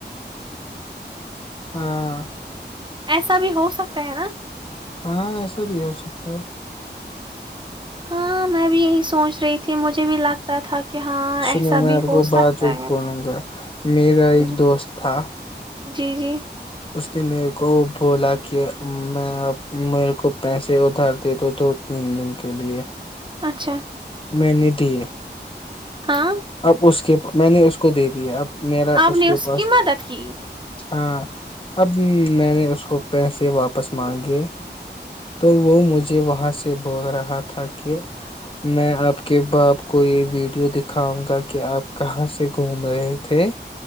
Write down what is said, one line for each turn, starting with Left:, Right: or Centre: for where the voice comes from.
Left: ہاں
Right: ایسا بھی ہو سکتا ہے نا
Left: ہاں ایسا بھی ہو سکتا ہے
Right: ہاں میں بھی یہی سوچ رہی تھی مجھے بھی لگتا تھا کہ ہاں ایسا
Left: سنو میں
Right: بھی
Left: آپ
Right: ہو
Left: کو بات
Right: سکتا
Left: ایک
Right: ہے
Left: بولوں گا میرا ایک
Right: جی
Left: دوست تھا
Right: جی جی
Left: اس نے میرے کو بولا کہ میں اب میرے کو پیسے ادھار دے دو دو تین دن کے لیے
Right: اچھا
Left: میںنی تیر
Right: ہاں
Left: اب اس کے میں نے اس کو دے دیا اب میرا
Right: آپ نے
Left: کے
Right: اس
Left: پاس
Right: کی مدد کی
Left: ہاں اب میں نے اس کو پیسے واپس مانگے تو وہ مجھے وہاں سے بول رہا تھا کہ میں آپ کے باپ کو یہ ویڈیو دکھاؤں گا کہ آپ کہاں سے گھوم رہے تھے